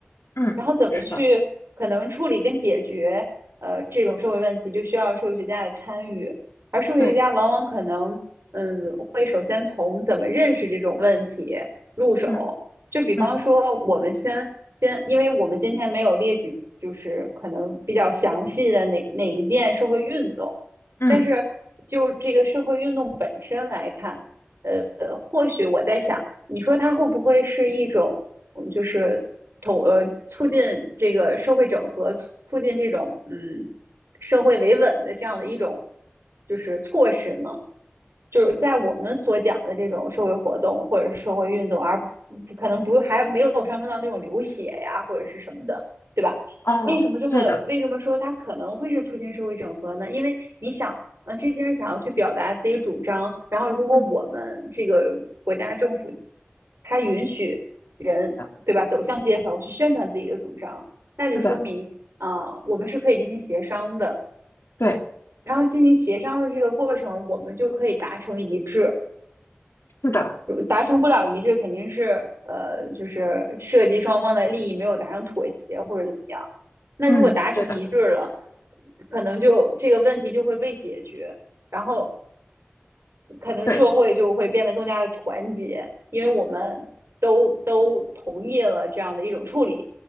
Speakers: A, on the left; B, on the right.
A: 嗯，
B: 然后怎么去可能处理跟解决呃这种社会问题，
A: 是的，
B: 就需要社会学家的参与，而社会学家往往可能嗯会首先从怎么认识这种问题
A: 对，
B: 入手，
A: 嗯
B: 就比方说我们先先，
A: 嗯
B: 因为我们今天没有列举就是可能比较详细的哪哪一件社会运动，
A: 嗯，
B: 但是就这个社会运动本身来看，呃，或许我在想，你说它会不会是一种就是统呃促进这个社会整合，促进这种嗯社会维稳的这样的一种就是措施呢？就是在我们所讲的这种社会活动或者是社会运动，而可能不还没有上升到那种流血呀或者是什么的，对吧？
A: 哦，
B: 为什么这么为什么说它可能会是促进社会整合呢？
A: 对的，
B: 因为你想，嗯、呃这些人想要去表达自己主张，然后如果我们这个国家政府
A: 嗯，
B: 它允许人对吧走向街头去宣传自己的主张，
A: 是的，
B: 那就说明啊、
A: 是的，
B: 呃我们是可以进行协商的，
A: 对，
B: 然后进行协商的这个过程，我们就可以达成一致。
A: 是的，
B: 如达成不了一致，肯定是呃，就是涉及双方的利益没有达成妥协或者怎么样。那如果达成一致了，
A: 嗯，对的，
B: 可能就这个问题就会被解决，然后可能社会就会变得更加的团结，
A: 对，
B: 因为我们都都同意了这样的一种处理，